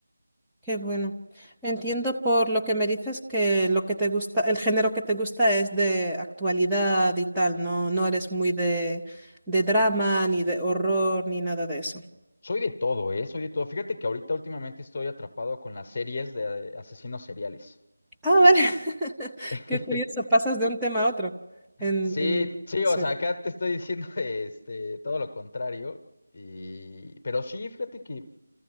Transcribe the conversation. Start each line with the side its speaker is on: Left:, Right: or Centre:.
Centre: Qué bueno. Entiendo por lo que me dices que lo que te gusta, el género que te gusta es de actualidad y tal, no, no eres muy de, de drama, ni de horror, ni nada de eso.
Left: Soy de todo, ¿eh? Soy de todo. Fíjate que ahorita últimamente estoy atrapado con las series de eh, asesinos seriales.
Centre: Ah, vale. <laughs>
Left: <laughs>
Centre: Qué curioso, pasas de un tema a otro en,
Left: Sí,
Centre: en,
Left: sí,
Centre: en
Left: o
Centre: serio.
Left: sea, acá te estoy diciendo <laughs> este, todo lo contrario. Y, pero sí, fíjate que,